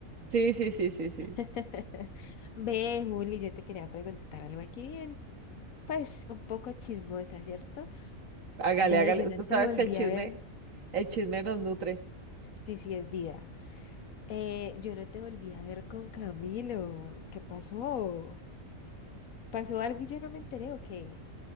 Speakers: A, on the right; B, on the left.
A: Sí, sí, sí, sí, sí.
B: <laughs> Ve, Juli, yo te quería preguntar algo aquí bien, pues un poco chismosa, ¿cierto?
A: Hágale,
B: Ve,
A: hágale.
B: yo no
A: Tú
B: te
A: sabes
B: volví
A: que el chisme,
B: a ver,
A: el chisme nos nutre.
B: sí, sí es vida. Eh, yo no te volví a ver con Camilo. ¿Qué pasó? ¿Pasó algo y yo no me enteré o qué?